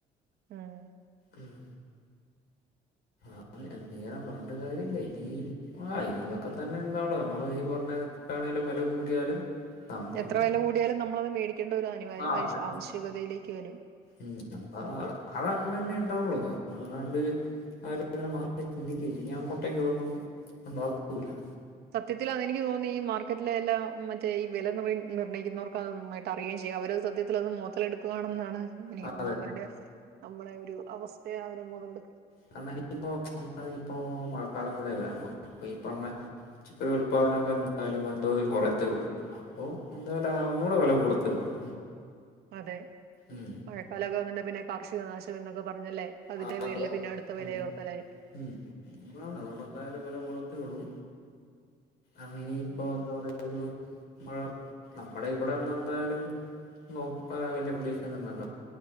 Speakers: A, on the right; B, on the left.
A: ആഹ്
B: ഉം ആണ് എന്ത് ചെയ്യാനാ പറഞ്ഞിട്ട് കാര്യല്ലാ ഇനി ആഹ് ഇനി ഇതൊക്കെ തന്നെ ഇണ്ടാവുള്ളൂ നമ്മള് ഈ പറഞ്ഞ കണക്കാണേലും വെല കൂടിയാലും നമ്മള്
A: എത്ര വെല കൂടിയാലും നമ്മളത് മേടിക്കേണ്ട ഒരു അനിവാര്യ
B: ആ
A: വൈശ്
B: അതെ
A: ആവശ്യകതയിലേക്ക് വരും
B: ഉം ആഹ് അതങ്ങനെന്നെ ഒണ്ടാവുള്ളു കാരണം അല്ലാണ്ട് അവര് അങ്ങനെ മാറ്റി ചിന്തിക്കോല്ലാ ഇനി അങ്ങോട്ടേക്ക് ഇതൊന്നും ഒണ്ടവത്തൂല്ലാ
A: സത്യത്തിൽ അതെനിക്ക് തോന്നി ഈ മാർക്കറ്റിലെ എല്ലാം മറ്റേ ഈ വെല നിർ നിർണയിക്കുന്നോർക്കാ തോന്ന് മടി ട്ടറിയേ ചെയ്യും അവരത് സത്യത്തിലത് മൊതലെടുക്കുവാണെന്നാണ് എനിക്ക്
B: ആ-
A: തോന്ന് അവരുടെ നമ്മളെ ഒരു അവസ്ഥയ അവര് മൊതലെടുക്
B: കാരണം ഇനിയിപ്പോ ഒന്നാമതിനിയിപ്പോ മഴക്കാലം കൂടെ വരാ പോകുന്നേ അപ്പൊ ഈ പറഞ്ഞ പച്ചക്കറി ഉൽപാദനൊക്കെ എന്തായാലും വൻ തോതി കൊറയത്തേ ഒള്ളൂ അപ്പോ എന്തായാലും ആഹ് ഒന്നൂടെ വെല കൂടത്തേ ഒള്ളൂ
A: അതെ
B: മ്
A: മഴക്കാലൊക്കെ ആമ്പൊ പിന്നെ കാർഷിക നാശം എന്നൊക്കെ പറഞ്ഞല്ലേ അതിന്റെ
B: ആഹ്
A: പേരില്
B: അതെ
A: പിന്നെ അടുത്ത വിലയോർത്തല്ലേ
B: അതെ ഉം എന്താണ് അതുകൊണ്ട് എന്തായാലും വെല കൂടത്തേ ഒള്ളൂ ആഹ് ഇനിയിപ്പോ
A: ഉം
B: എന്താ പറയാ ഒരു മഴ നമ്മുടെ ഇവിടെ എന്ത എന്തായാലും നോക്ക് വല്യ പ്രതീക്ഷ ഒന്നു വേണ്ടേ